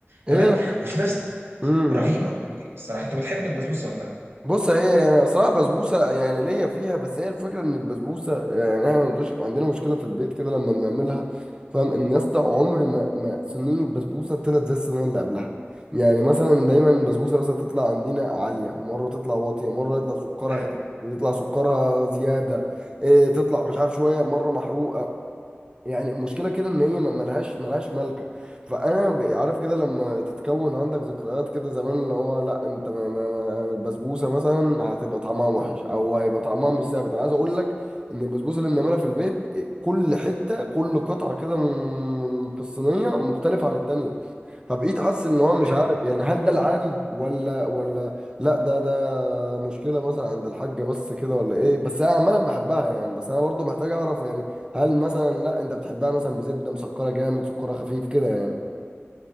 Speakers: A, on the right (about 20°); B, on the right (about 65°).
A: ايه
B: تمام وفي نفس
A: امم
B: رهيبه الصراحه انت بتحب البسبوسه ولا لا
A: بص هي يعني صراحة بسبوسة يعني ليا فيها بس هي الفكرة ان البسبوسة يعني احنا مش عندنا مشكلة في البيت كده لما بنعملها فاهم ان يا اسطى عمر ما ما صينية بسبوسة طلعت زي الصينية اللي قبلها يعني مثلا دايما البسبوسة مثلا تطلع عندنا عالية مرة تطلع واطية مرة يطلع سكرها
B: ايوه
A: خفيف يطلع سكرها زيادة إيه تطلع مش عارف شوية مرة محروقة يعني مشكلة كده ان هي ما- ملهاش ملهاش ملكة فانا ب- عارف كده لما تتكون عندك ذكريات كده زمان اللي هو لا انت ما ما ما البسبوسة مثلا هتبقى طعمها وحش او هيبقى طعمها مش ثابت انا عايز اقول لك ان البسبوسة اللي بنعملها في البيت إيه، كل حتة كل قطعة كده من- في الصينية مختلفة عن التانية فبقيت حاسس ان هو مش
B: ايوه
A: عارف يعني هل ده العادي ولا ولا لا ده ده مشكله مثلا عند الحاجه بس كده ولا ايه بس انا عامه بحبها يعني بس انا برضو محتاج اعرف يعني هل مثلا لا انت بتحبها مثلا بزبده مسكره جامد سكرها خفيف كده يعني